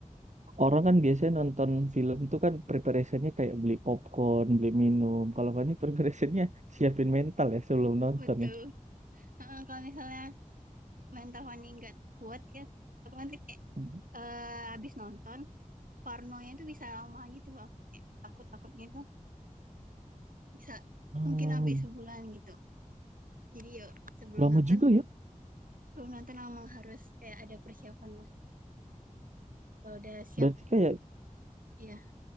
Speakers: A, on the right; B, on the right.
A: Orang kan biasanya nonton film tuh kan preparationnya kayak beli popcorn, beli minum. Kalau Fani preparationnya siapin mental ya sebelum nonton
B: Betul.
A: ya.
B: Heeh, kalau misalnya mental Fanny nggak kuat ya, otomatis kayak
A: Hmm.
B: eh, habis nonton, parnonya itu bisa lama gitu loh. Kayak takut-takutnya itu bisa
A: Uh,
B: mungkin sampai sebulan gitu. Jadi yuk sebelum
A: lama
B: nonton,
A: juga ya.
B: sebelum nonton emang harus kayak ada persiapan lah. Kalau udah siap,
A: Berarti kayak
B: ya